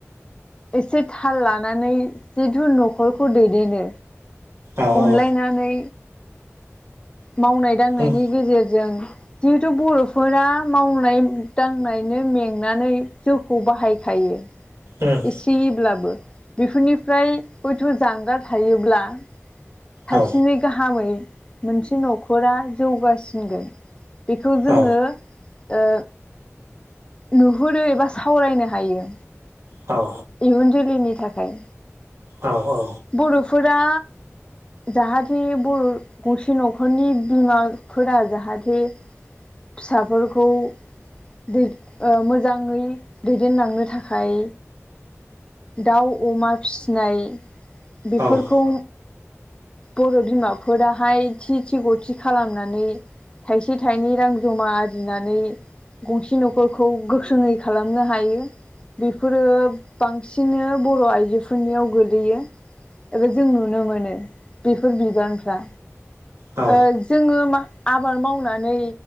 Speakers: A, on the left (about 20°); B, on the right (about 65°).
A: एसे थाल लानानै जिथु न'खरखौ दैदेनो
B: औ
A: अनलायनानै
B: औ
A: मावनाय दांनायनि
B: उम
A: गेजेरजों जिहेथु बर'फोरा मावनाय दांनायनो मेंनानै जौखौ बाहायखायो
B: उम
A: एसेैब्लाबो बेफोरनिफ्राय हयथ' जानगार थायोब्ला साबसिनै
B: औ
A: गाहामै मोनसे न'खरा जौगासिनगोन बेखौ जोङो
B: औ
A: ओ नुहुरो एबा सावरायनो हायो
B: औ
A: इयुन जोलैनि थाखाय
B: औ औ
A: बर'फोरा जाहाथे बर' गसे न'खरनि बिमाफोरा जाहाथे फिसाफोरखौ दै मोजाङै दैदेनलांनो थाखाय दाउ अमा फिसिनाय बेफोरखौ
B: औ उम
A: बर' बिमाफोराहाय थि थि ग थि खालामनानै थाइसे थाइनै रां जमा आरजिनानै गंसे न'खरखौ गोख्रोङै खालामनो हायो बेफोरो बांसिनो बर' आइजोफोरनियाव गोलैयो एबा जों नुनो मोनो बेफोर बिबानफ्रा
B: औ
A: ओ जोङो मा-आबाद मावनानै